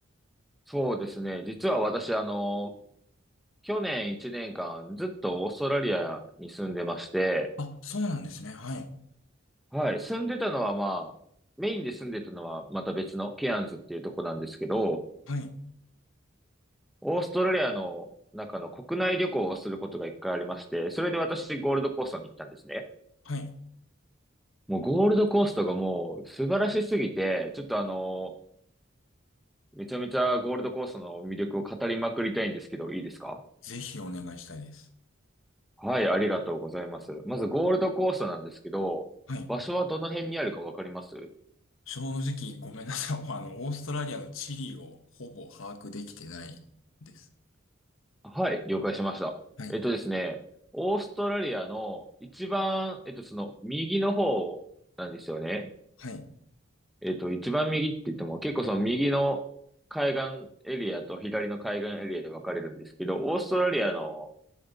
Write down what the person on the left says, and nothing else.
あ、そうなんですね。はい。
はい。
はい。
ぜひお願いしたいです。
はい
正直ごめんなさい。<laughs> あの、オーストラリアの地理をほぼ把握できてないです。
はい。
はい。